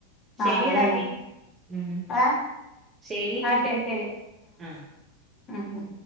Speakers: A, on the right (about 20°); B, on the left (about 30°).
A: ശരിയടാങ്കി
B: ആഹ് അതന്നെ
A: ഉം
B: ഏഹ്
A: ശരിയങ്കില്
B: ശരി ശരി
A: ആഹ്
B: ആഹ് ആഹ്